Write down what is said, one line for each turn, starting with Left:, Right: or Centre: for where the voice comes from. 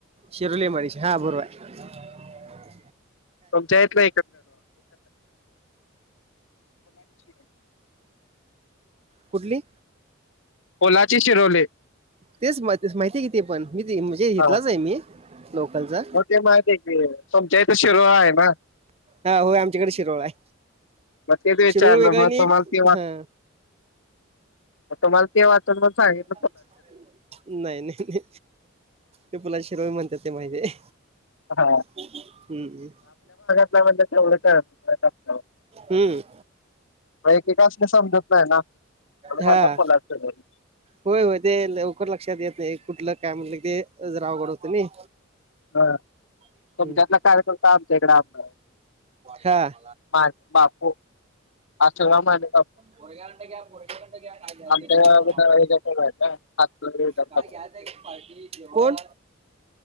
Right: Shiroli M I D C D हा, बरोबर हा. य
Left: तुमच्या इथल <unintelligible>
Right: कुठली?
Left: ओलाचे शिरोवले
Right: तेच माहिती आहे की ते पण मी म्हणजे
Left: हा
Right: इथलाच आहे मी लोकलचा.
Left: मग ते माहित आहे की, तुमच्या इथं शिरोळ आहे ना?
Right: हां होय आमच्याकडे शिरोळ आहे.
Left: मग तेच विचारलो
Right: शिरोळ वेगळं
Left: मग
Right: आणि
Left: तुम्हाला
Right: हा
Left: ते वाट मग तुम्हाला ते वाचन पण सांगीत
Right: नाही नाही नाही ते पुुलाला शिरोळ म्हणतात ते माहिती आहे.
Left: हा
Right: हम्म.
Left: पुलाला म्हणतात तेवढं <unintelligible>
Right: हम्म.
Left: मग एकेकासनी समजत नाही ना म्हणून
Right: हा
Left: म्हणलं पुलावर च घर.
Right: होय होय ते लवकर लक्षात येत नाही कुठलं काय म्हणलं ते जरा अवघड होतंय नाही.
Left: हां
Right: हम्म.
Left: तुमच्यातला कार्यकर्ता आमच्या इकड आलता.
Right: हा
Left: हां बापू अशोकराव माने बापू.
Right: पोरग्या कढणं घ्या, पोरग्या कढणं घ्या, काय घ्यायच
Left: आमच्या
Right: ते
Left: ह्याच्याकडे
Right: तुम्हाला,
Left: आहेत ना हातकणंगले विधानसभा.
Right: काय घ्यायचं कोण?